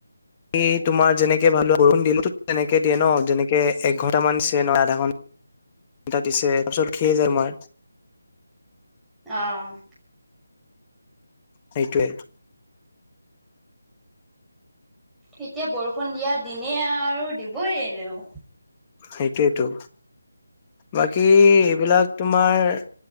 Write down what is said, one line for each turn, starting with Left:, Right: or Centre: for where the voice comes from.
Left: কি তোমাৰ যেনেকে মানে বৰষুণ দিলেতো তেনেকে দিয়ে ন যেনেকে এক ঘণ্টা ণ্টামান দিছে নহয় আধা ঘণ্টা দিছে তাৰপিছত ৰখি যায় তোমাৰ তা
Centre: অ'।
Left: সেইটোৱে।
Centre: এতিয়া বৰষুণ দিয়া দিনে আৰু দিবই এনেও।
Left: সেইটোৱেটো বাকী এইবিলাক তোমাৰ